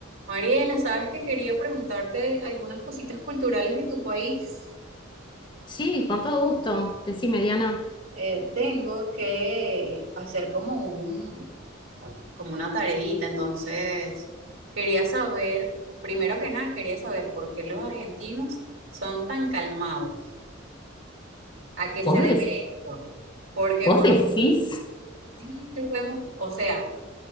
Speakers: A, on the right; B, on the left.
A: Mariela, sabes que quería preguntarte algunas cositas culturales de tu país.
B: Sí, con todo gusto. Decime, Diana,
A: Eh, tengo que hacer como un, como una tareita, entonces quería saber, primero que nada, quería saber por qué los argentinos son tan calmados. ¿A qué se
B: ¿vos,
A: debe
B: des-
A: esto? Porque
B: vos
A: uno
B: decís?
A: sí los vemos, o sea,